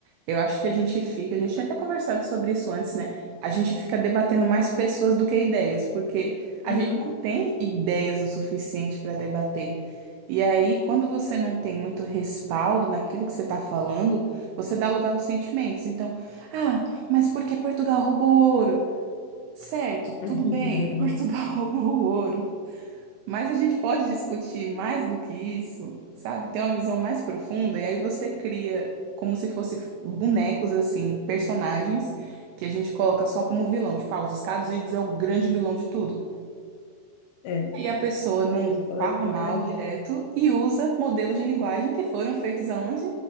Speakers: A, on the right; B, on the left.
A: eu acho que a gente fica, a gente tinha até conversado sobre isso antes, né? A gente fica debatendo mais pessoas do que ideias, porque
B: Uhum.
A: a gente não tem ideias o suficiente para debater. E aí, quando você não tem muito respaldo naquilo que você está falando, você dá lugar aos sentimentos. Então, ah, mas por que Portugal roubou o ouro? Certo,
B: <laughs>
A: tudo bem, <laughs> Portugal roubou o ouro. Mas a gente pode discutir mais do que isso, sabe? Ter uma visão mais profunda, e aí você cria como se fosse bonecos, assim, personagens que a gente coloca só como vilão. Tipo, ah, os Estados Unidos é o grande vilão de tudo.
B: É, a
A: E a pessoa não
B: gente só vai
A: fala
B: ficar
A: mal
B: nisso.
A: direto e usa modelos de linguagem que foram feitos aonde?